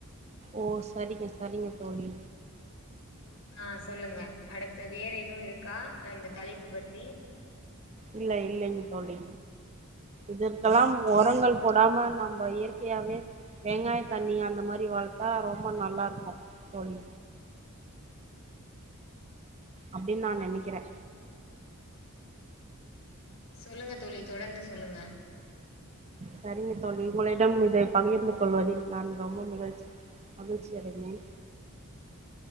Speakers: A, on the right; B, on the left.
A: ஓ சரிங்க -சரிங்க தோலி
B: ஆஹ் சொல்லுங்க அடுத்து வேற எதுவும் இருக் க்கா அந்த தலைப்பு பத்தி
A: இல்ல இல்லைங்க தோழி இதற்கெல்லா ஒரங்கள் போடாம நம்ப இயற்கையாவே வெங்காய தண்ணி அந்த மாரி வளத்தா ரொம் ரொம்ப நல்லா இருக்கும் தோழி அப்டின்னு நா நெனைக்கிறே
B: சொல்லுங்க தோலி தொடர்ந்து சொல்லுங்க
A: சரிங்க தோழி உங்களிடம் இதை பகிர்ந்து கொள்வதில் நான் ரொம்ப மிகழ்ச்சி மகிழ்ச்சி அடைந்தேன்